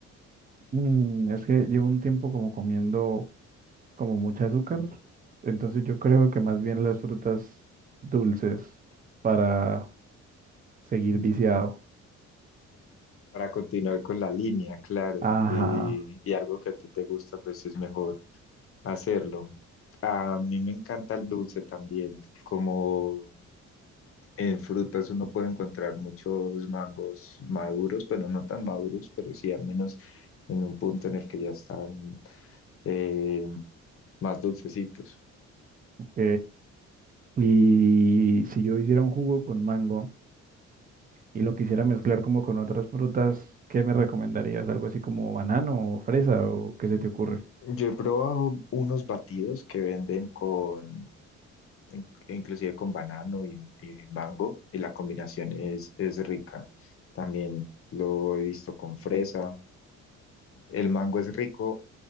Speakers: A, on the right; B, on the left.
A: Mm, es que llevo un tiempo como comiendo como mucha azúcar, entonces yo creo que más bien las frutas dulces para Seguir viciado.
B: Para continuar con la línea, claro,
A: Ajá,
B: eh, y algo que a ti te gusta, pues es mejor hacerlo. A mí me encanta el dulce también, como en frutas uno puede encontrar muchos mangos maduros, pero no tan maduros, pero sí al menos en un punto en el que ya están eh, más dulcecitos.
A: ok. Y si yo hiciera un jugo con mango y lo quisiera mezclar como con otras frutas, ¿qué me recomendarías? ¿Algo así como banano o fresa o qué se te ocurre?
B: Yo he probado unos batidos que venden con in- inclusive con banano y, y mango, y la combinación es, es rica. También lo he visto con fresa. El mango es rico